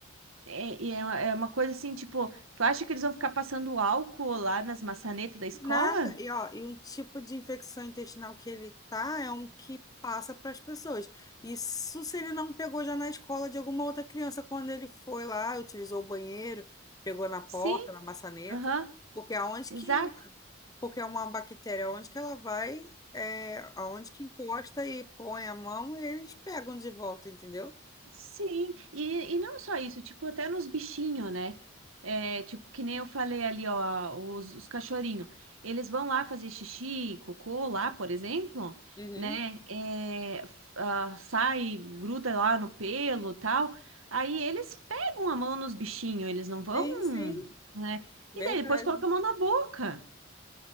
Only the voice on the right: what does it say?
É, e é uma é uma coisa assim, tipo, tu acha que eles vão ficar passando álcool lá nas maçanetas da escola?
Sim.
Aham,
exato.
Sim, e, e não só isso, tipo, até nos bichinhos, né? É, tipo, que nem eu falei ali, ó, os, os cachorrinhos. Eles vão lá fazer xixi, cocô lá, por exemplo,
né? É, f- ah, sai, gruda lá no pelo tal. Aí eles pegam a mão nos bichinhos, eles não vão,
né?
E daí depois colocam a mão na boca.